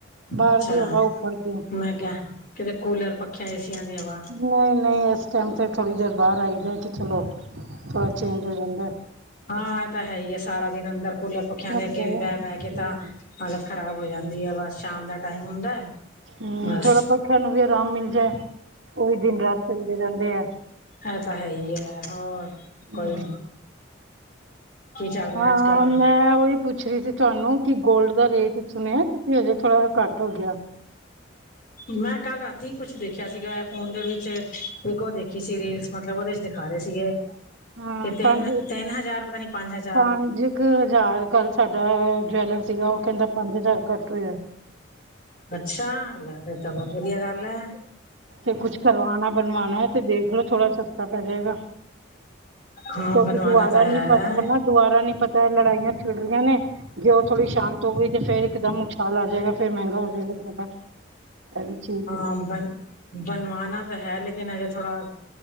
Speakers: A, on the right; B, on the left.
A: ਬਾਹਰ
B: ਅੱਛਾ
A: ਦੀ ਹਵਾ ਉੱਪਰ ਦੀ
B: ਮੈਂ ਕਿਹਾ ਕਿਤੇ ਕੂਲਰ ਪੱਖਿਆ ਏਸੀਆਂ ਦੀਆਂ ਹਵਾ
A: ਨਹੀਂ ਨਹੀਂ ਇਸ ਟਾਈਮ 'ਤੇ ਥੋੜ੍ਹੀ ਦੇਰ ਬਾਹਰ ਆਈਦਾ ਕਿ ਚਲੋ ਥੋੜ੍ਹਾ ਚੇਂਜ ਹੋ ਜਾਂਦਾ
B: ਹਾਂ ਇਹ ਤਾਂ ਹੈ ਹੀ ਆ ਸਾਰਾ ਦਿਨ ਅੰਦਰ ਕੂਲਰ ਪੱਖਿਆਂ ਦੇ
A: ਹਮ
B: ਅੱਗੇ ਵੀ ਬਹਿ ਬਹਿ ਕੇ ਤਾਂ ਹਾਲਤ ਖ਼ਰਾਬ ਹੋ ਜਾਂਦੀ ਹੈ ਬਸ ਸ਼ਾਮ ਦਾ ਟਾਈਮ ਹੁੰਦਾ ਹੈ
A: ਹੂੰ
B: ਬਸ
A: ਥੋੜਾ ਪੱਖਿਆਂ ਨੂੰ ਵੀ ਆਰਾਮ ਮਿਲ ਜਾਏ ਉਹ ਵੀ ਦਿਨ ਰਾਤ ਚੱਲਦੇ ਰਹਿੰਦੇ ਆ
B: ਐ ਤਾਂ ਹੈ ਹੀ ਹੈ ਹੋਰ ਕੋਈ
A: ਹਮ
B: ਕੀ ਚੱਲ ਰਿਹਾ
A: ਹਾਂ
B: ਅੱਜ ਕੱਲ
A: ਮੈਂ ਉਹੀ ਪੁੱਛ ਰਹੀ ਸੀ ਤੁਹਾਨੂੰ ਕਿ ਗੋਲਡ ਦਾ ਰੇਟ ਕੁਛ ਸੁਣਿਆ ਤੁਸੀਂ ਹਜੇ ਥੋੜ੍ਹਾ ਘੱਟ ਹੋ ਗਿਆ
B: ਮੈਂ ਕੱਲ ਰਾਤੀ ਕੁਛ ਦੇਖਿਆ ਸੀਗਾ ਐ ਫੋਨ ਦੇ ਵਿੱਚ ਇੱਕ ਉਹ ਦੇਖੀ ਸੀ ਰੀਲਸ ਮਤਲਬ ਮਤਲਬ ਉਹਦੇ ਚ ਦਿਖਾ ਰਹੇ ਸੀਗੇ
A: ਹਾਂ
B: ਕਿ ਤਿੰਨ
A: ਪੰਜ
B: ਤਿੰਨ ਹਜ਼ਾਰ ਪਤਾ ਨੀ ਪੰਜ ਹਜ਼ਾਰ
A: ਪੰਜ ਕੁ ਹਜ਼ਾਰ ਕੱਲ੍ਹ ਸਾਡਾ ਜਵੈਲਰ ਸੀਗਾ ਉਹ ਕਹਿੰਦਾ ਪੰਜ ਹਜ਼ਾਰ ਘੱਟ ਹੋਇਆ
B: ਅੱਛਾ ਲੈ ਫਿਰ ਤਾਂ ਬਹੁਤ ਵਧੀਆ ਗੱਲ ਐ
A: ਤੇ ਕੁਛ ਕਰਵਾਣਾ ਬਣਵਾਣਾ ਤੇ ਦੇਖਲੋ ਥੋੜਾ ਸਸਤਾ ਪੈ ਜਾਏਗਾ
B: ਹਾਂ
A: ਕਿਉਂਕਿ
B: ਬਣਵਾਣਾ
A: ਦੁਬਾਰਾ
B: ਤਾਂ ਹੈ
A: ਨੀ ਪਤਾ ਨਾ ਦੁਬਾਰਾ ਨੀ ਪਤਾ ਇਹ ਲੜਾਈ ਛਿੜ ਰਹੀਆਂ ਨੇ ਜੇ ਉਹ ਥੋੜ੍ਹੀ ਸ਼ਾਂਤ ਹੋ ਗਈ ਤੇ ਫੇਰ ਇੱਕਦਮ ਉਛਾਲ ਆ ਜਾਏਗਾ ਫਿਰ ਮਹਿੰਗਾ ਹੋ ਜਾਏਗਾ ਜ਼ਿਆਦਾ ਇਹ ਵੀ ਚੀਜ਼ ਹੈ
B: ਅੰਬਰ ਬਣਵਾਨਾ ਤਾਂ ਹੈ ਲੇਕਿਨ ਹਜੇ ਥੋੜਾ